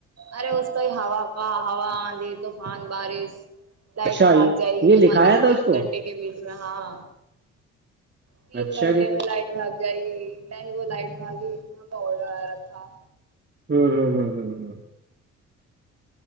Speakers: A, on the right (about 50°); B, on the right (about 30°).
A: ارے اس کا ہی ہوا کا ہوا آندھی تو خان بارش لائٹ
B: اچھا یہ
A: بھاگ جائے گی
B: یہ لکھایا
A: تمہاری
B: تھا
A: تین
B: اس کو
A: گھنٹے کے بیچ میں ہاں تین
B: اچھا
A: گھنٹے
B: جی
A: میں لائٹ بھاگ جائے نہیں وہ لائٹ بھاگی ہاںڈر رکھا
B: ہوں ہوں ہ ہ ہ